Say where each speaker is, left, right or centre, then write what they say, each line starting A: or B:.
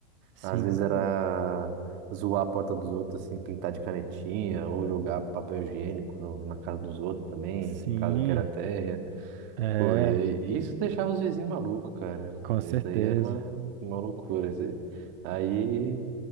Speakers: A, on the right; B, on the right.
A: sim,
B: às vezes era zoar a porta dos outros, assim, pintar de canetinha, ou jogar papel higiênico no- na casa dos outros também,
A: sim.
B: casa que era térrea,
A: É.
B: pô, e aí, e isso deixava os vizinhos malucos, cara,
A: Com
B: isso
A: certeza.
B: daí era uma, uma loucura, assim. aí